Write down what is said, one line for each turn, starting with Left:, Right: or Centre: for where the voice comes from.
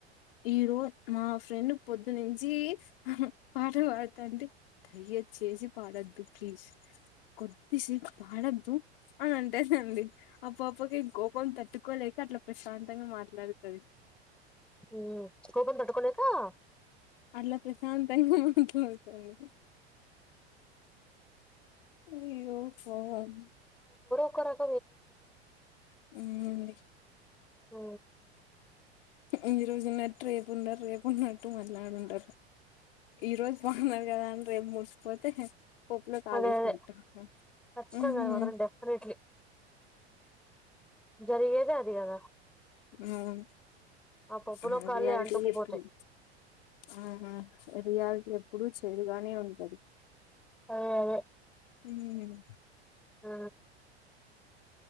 Left: ఈ రో మా ఫ్రెండ్ పొద్దునుంచి పాట పాడతా అంటే దయ్య చేసి పాడొద్దు ప్లీజ్ కొద్దిసేపు పాడొద్దు అని అంటే అండి ఆ పాపకి కోపం తట్టుకోలేక అట్లా ప్రశాం తంగా మాట్లాడుతాధి
Centre: మ్మ్ కోపం తట్టుకోలేక త
Left: అట్లా ప్రశాంతంగా మాట్లాడుతంది అయ్యో ఫోన్
Centre: కోరాక్
Left: అవునండి
Centre: హ
Left: ఈ రోజు ఉన్నట్టు రేపు ఉండరు రేపు ఉన్నట్టు మరునాడుంరు ఈ రోజు బాగున్నారు కదా అన్ రే ప్ ముసుకోపోతే పప్పులో కాలు
Centre: అదే
Left: వేసినట్టు
Centre: అదే ఖచ్చితంగా
Left: అవునండి
Centre: అది మాత్రం డెఫినెట్లీ జరిగేదే అది కదా
Left: హ్మ్
Centre: పప్పులో
Left: ఆ
Centre: కాళ్ళే
Left: రియాలిటీ
Centre: అంటుకుపోతాయి
Left: ఎప్పుడు ఆ రియాలిటీ ఎప్పుడు చేదుగానే ఉంటది
Centre: ఆ అదే
Left: హ్మ్
Centre: ఆ